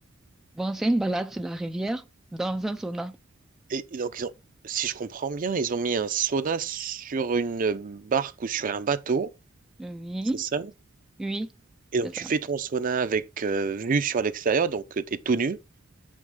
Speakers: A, in the centre; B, on the right.
A: Bon, c'est une balade sur la rivière dans un sauna.
B: Et et donc, ils ont, si je comprends bien, ils ont mis un sauna sur une barque ou sur un bateau,
A: Oui,
B: c'est ça?
A: oui,
B: Et donc,
A: c'est ça.
B: tu fais ton sauna avec euh, vue sur l'extérieur, donc euh, t'es tout nu.